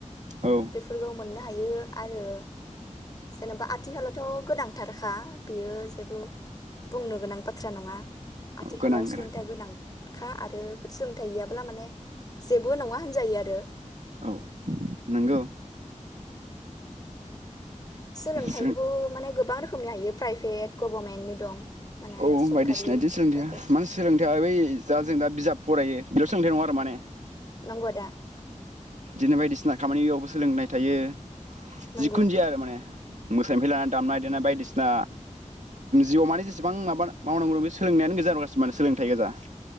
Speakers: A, on the right (about 65°); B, on the left (about 30°).
A: औ
B: बेफोरखौ मोननो हायो आरो। जेन'बा आथिखलाथ' गोनांथारखा बियो जेबो बुंनो गोनां बाथ्रा नङा आथिखालाव
A: औ गोनां
B: सोलोंथायाइया
A: गोनां
B: गोनांखा आरो। गैयाब्ला माने जेब बेबो नङा होनजायो आरो।
A: औ नंगौ।
B: सोलोंथाइखौबो
A: सोलों
B: माने गोबां रोखोम खोमनो हायो प्राइभेट गभारमेन्तनि दं। माने
A: औ
B: सरकारि
A: बायदिसिना बिदिनो सोलोंथायया
B: प्राइभेट
A: माने सोलोंथाया बे दा जों दा बिजाब फरायो बेल' सोलोंथाइ नङा आरो माने।
B: नंगौ आदा।
A: बिदिनो बायदिसिना खामानियावबो सोलोंनाय थायो।
B: नंगौ
A: जिखुन जाया आरो माने मोसानायफ्राय लानानै दामनाय देनाय बायदिसिना जिउ मानि जेसेबां माबा मावनांगौ दं बे सोलोंनायानो गोजा माने सोलोंथाइ गोजा।